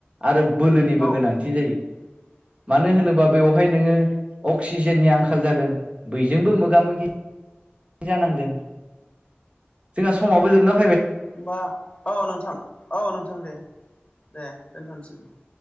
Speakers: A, on the right (about 30°); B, on the left (about 25°).
A: आरो बोलोनिबो
B: औ
A: गोनांथि
B: नों
A: जायो।
B: <inaudible>
A: मानो होनोबा बेवहाय नोङो अक्सिजेननि आंखाल जागोन बयजोंबो मोगा मोगि जानांगोन जोंहा समावबो जोबनो ह
B: होमबा औ नोंथां औ नोंथां दे दे दोनथ'नोसै नोंथां।